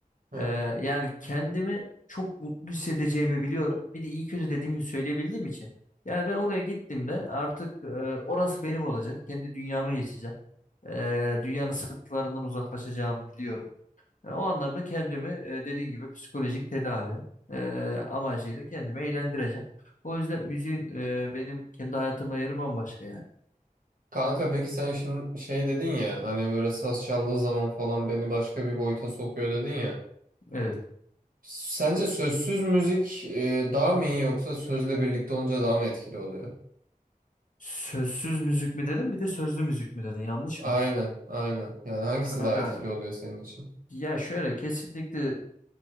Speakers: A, on the right; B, on the left.
A: Hı.
B: Ee, yani kendimi çok mutlu hissedeceğimi biliyorum. Bir de iyi kötü dediğim gibi söyleyebildiğim için. Yani ben oraya gittiğimde artık e, orası benim olacak. Kendi dünyama geçeceğim. Ee, dünyanın sıkıntılarından uzaklaşacağımı biliyorum. E, o anlamda kendimi e, dediğin gibi psikolojik tedavi e, amacıyla kendimi eğlendireceğim. O yüzden müziğin e, benim kendi hayatımda yeri bambaşka yani.
A: Kanka peki sen şimdi şey dedin ya hani böyle saz çaldığı zaman falan beni başka bir boyuta sokuyor dedin ya.
B: Evet.
A: Sence sözsüz müzik e, daha mı iyi yoksa sözle birlikte olunca daha mı etkili oluyor?
B: Sözsüz müzik mi dedin bir de sözlü müzik mi dedin yanlış
A: Aynen,
B: mıyım?
A: aynen. Yani hangisi
B: Kanka
A: daha etkili oluyor senin için?
B: Ya şöyle kesinlikle